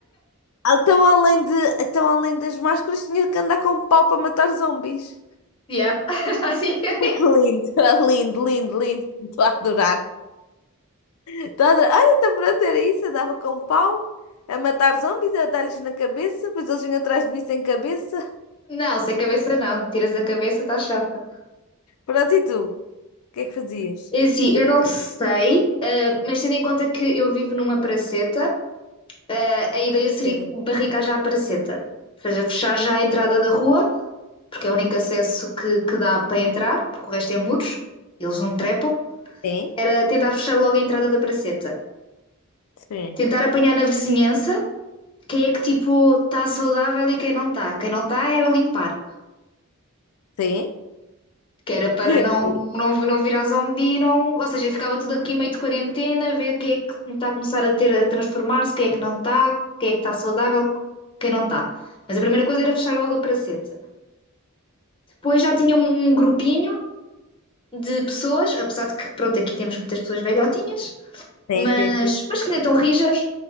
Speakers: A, on the left; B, on the left.
A: então, além de, então, além das máscaras, tinha que andar com um pau para matar zombies.
B: Yeah. <laughs> Basicamente.
A: <laughs> Lindo, é lindo, lindo, lindo. Estou a adorar. Estou a adorar. Ai, então pronto, era isso. Andava com um pau a matar zombies, a dar-lhes na cabeça, depois eles vinham atrás de mim sem cabeça.
B: Não, sem cabeça não. Tiras a cabeça, está chapa.
A: Pronto, e tu? O que é que fazias?
B: É assim, eu não sei, eh, mas tendo em conta que eu vivo numa praceta, eh, a ideia seria
A: Sim.
B: barricar já a Paraceta, ou seja, fechar já a entrada da rua, porque é o único acesso que, que dá para entrar, porque o resto é muros, eles não trepam.
A: Sim,
B: Era tentar fechar logo a entrada da Paraceta,
A: sim,
B: tentar apanhar na vizinhança quem é que tipo está saudável e quem não está. Quem não está era limpar.
A: sim.
B: Que era para
A: <laughs>
B: não, não, não virar zombi, não, ou seja, ficava tudo aqui meio de quarentena, ver quem é que está a começar a ter a transformar-se, quem é que não está, quem é que está saudável, quem não está. Mas a primeira coisa era fechar logo a praceta. Depois já tinha um um grupinho de pessoas, apesar de que, pronto, aqui temos muitas pessoas velhotinhas,
A: Sim,
B: mas,
A: sim, sim.
B: mas que ainda estão rijas.